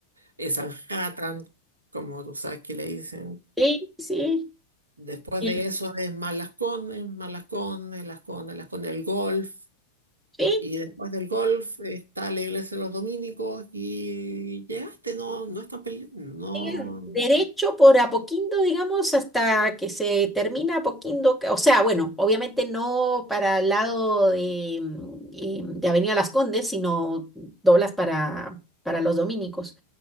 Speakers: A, on the right; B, in the centre.
A: es Manhattan, como tú sabes que le dicen.
B: Sí, sí,
A: Después
B: eh,
A: de
B: sí,
A: eso es más Las Condes, más Las Condes, Las Condes, Las Condes del Golf.
B: sí,
A: Y después del golf está la iglesia de los dominicos y llegaste, no, no es tan peli- no
B: sigue Derecho por Apoquindo, digamos, hasta que se termina Apoquindo. que- O sea, bueno, obviamente no para el lado de, mm, em, de Avenida Las Condes, sino doblas para, para los dominicos.